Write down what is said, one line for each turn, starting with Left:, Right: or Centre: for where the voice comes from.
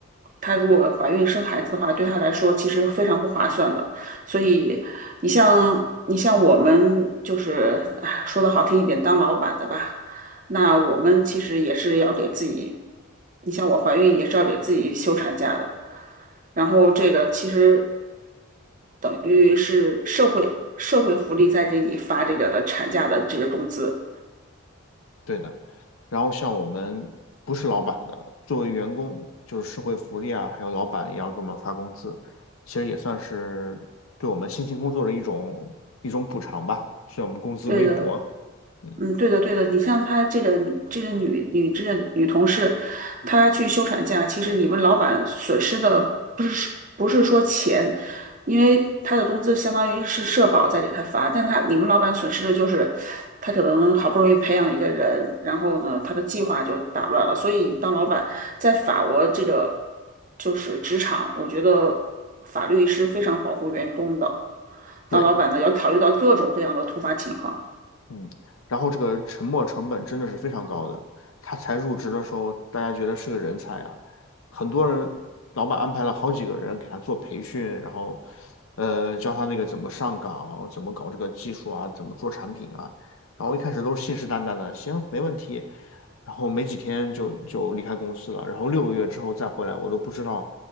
Right: 她如果怀孕生孩子的话，对她来说其实非常不划算的。所以你像你像我们就是，哎，说的好听一点，当老板的吧。那我们其实也是要给自己，你像我怀孕也是要给自己休产假的，然后这个其实等于是社会社会福利在给你发这个产假的这个工资。
Left: 对的。然后像我们不是老板的，作为员工，就是社会福利啊，还有老板也要给我们发工资，其实也算是对我们辛勤工作的一种一种补偿吧，虽然我们工资微薄，
Right: 对的，
Left: 嗯，
Right: 嗯，对的，对的。你像她这个这个女女这个女同事，她去休产假，其实你们老板损失的不是不是说钱，因为她的工资相当于是社保在给她发，但是她你们老板损失的就是，她可能好不容易培养一个人，然后呢，她的计划就打乱了。所以当老板在法国这个就是职场，我觉得法律是非常保护员工的。当老板呢，
Left: 对。
Right: 要考虑到各种各样的突发情况。
Left: 嗯，然后这个沉没成本真的是非常高的。他才入职的时候，大家觉得是个人才啊，很多人老板安排了好几个人给他做培训，然后呃教他那个怎么上岗，怎么搞这个技术啊，怎么做产品啊。然后一开始都是信誓旦旦的，行，没问题。然后没几天就就离开公司了，然后六个月之后再回来，我都不知道